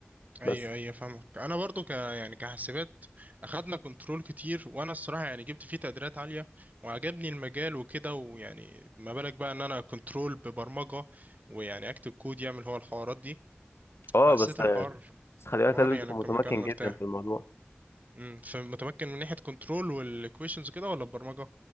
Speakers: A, on the right; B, on the left.
A: ايوه
B: بس
A: ايوه فاهمك انا برضو ك يعني كحاسبات اخدنا كنترول كتير وانا الصراحه يعني جبت فيه تقديرات عاليه وعجبني المجال وكده ويعني ما بالك بقى ان انا كنترول ببرمجه ويعني اكتب كود يعمل هو الحوارات دي
B: اه
A: فحسيت
B: بس آه،
A: الحوار
B: بس خلي بالك
A: حوار
B: لازم
A: يعني
B: تكون
A: كمجال
B: متمكن
A: مرتاح
B: جدا في الموضوع
A: امم فمتمكن من ناحيه كنترول والايكويشنز كده ولا البرمجه